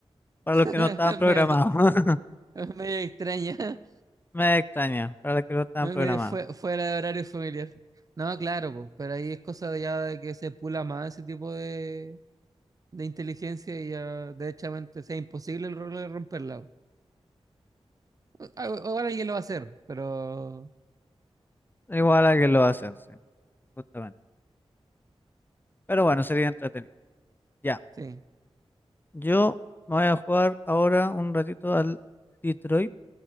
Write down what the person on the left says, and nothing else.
para
los que no estaban programados.
<laughs>
Me extraña, para los que no estaban
programados.
Igual a que lo hacen, sí, justamente. Pero bueno, sería entretenido. Ya,
yo me voy a jugar ahora un ratito al Detroit.